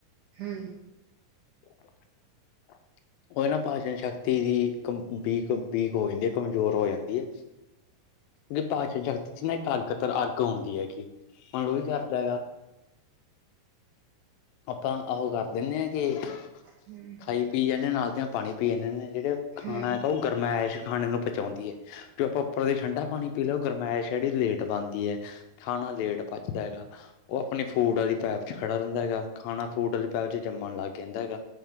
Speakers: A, on the right; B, on the left.
A: ਹੂੰ।
B: <inaudible> ਉਹ ਨਾ ਭਾਸ਼ਣ ਸ਼ਕਤੀ ਦੀ ਬਕ ਬੀਕ ਹੋ ਜਾਂਦੀ ਏ, ਕਮਜ਼ੋਰ ਹੋ ਜਾਂਦੀ ਐ। ਵੀ ਪਾਚਨ ਸ਼ਕਤੀ ਚ ਨਾ ਇੱਕ ਅੱਗ ਤਰ੍ਹਾਂ, ਅੱਗ ਆਉਂਦੀ ਹੈਗੀ। ਮੰਨ ਲੋ ਉਹੀ ਕਰਦਾ ਹੈਗਾ। ਆਪਾਂ ਆਹੋ ਕਰ ਦਿੰਦੇ ਹਾਂ ਕਿ
A: ਹੂੰ,
B: ਖਾਈ ਪੀ ਜਾਂਦੇ ਹਾਂ ਨਾਲ ਦੀਆਂ ਪਾਣੀ ਪੀ ਜਾਂਦੇ ਹਦੇ, ਜਿਹੜੇ ਖਾਣਾ
A: ਹੂੰ,
B: ਹੈਗਾ ਉਹ ਗਰਮੈਸ ਖਾਣੇ ਨੂੰ ਪੁੰਚਾਉਂਦੀ ਐ। ਜੋ ਆਪਾਂ ਉੱਪਰ ਦੀ ਠੰਡਾ ਪਾਣੀ ਪੀ ਲਓ, ਗਰਮੈਸ ਜਿਹੜੀ ਲੇਟ ਬਣਦੀ ਏ, ਖਾਣਾ ਲੇਟ ਪਚਦਾ ਹੈਗਾ। ਉਹ ਆਪਣੀ ਫੂਡ ਵਾਲੀ ਪੈਪ ਚ ਖੜਾ ਰਹਿੰਦਾ ਹੈਗਾ, ਖਾਣਾ ਫੂਡ ਵਾਲੀ ਪੈਪ ਚ ਜੰਮਣ ਲੱਗ ਜਾਂਦਾ ਹੈਗਾ।